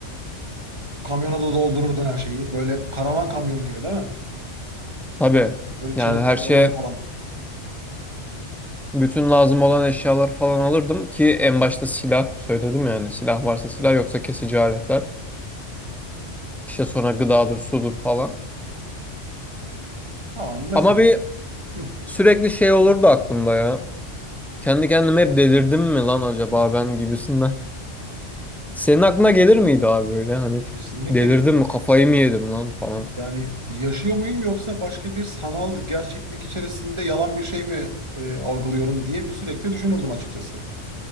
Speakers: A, on the right (about 25°); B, in the centre.
A: Kamyona da doldururdun her şeyi. Böyle karavan kamyon gibi değil mi?
B: Tabii
A: Böyle
B: yani
A: çelik
B: her
A: kaplamalı
B: şeye
A: falan.
B: bütün lazım olan eşyalar falan alırdım ki en başta silah söyledim yani silah varsa silah
A: Evet.
B: yoksa kesici aletler. İşte sonra gıdadır sudur falan.
A: Tamam mesela.
B: Ama bir
A: Hı,
B: Sürekli şey olurdu aklımda ya. Kendi kendime hep delirdim mi lan acaba ben gibisinden. Senin aklına gelir miydi abi böyle hani
A: kesinlikle
B: delirdim
A: gelirim.
B: mi kafayı mı yedim lan falan.
A: Yani yaşıyor muyum yoksa başka bir sanal gerçeklik içerisinde yalan bir şey mi e, algılıyorum diye bir sürekli düşünürdüm açıkçası.